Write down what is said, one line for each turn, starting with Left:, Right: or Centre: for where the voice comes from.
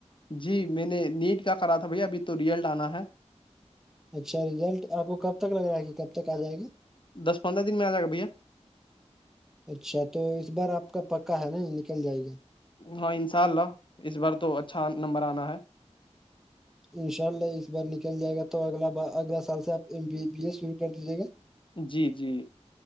Left: جی میں نے نیٹ کا کرا تھا بھیا ابھی تو ریئلٹ آنا ہے
Centre: اچھا رزلٹ آپ کو کب تک لگ رہائے ہے گ کب تک آ جائے گا
Left: دس پندرہ دن میں آ جائے گا بھیا
Centre: اچھا تو اس بار آپ کا پکا ہے نا یہ نکل جائے گی
Left: ہاں ان شاء اللہ اس بار تو اچھا نمبر آنا ہے
Centre: انشاء اللہ اس بار نکل جائے گا تو اگ بار اگلا سال سے آپ ایم بی بی اے شروع کر دیجیے گا
Left: جی جی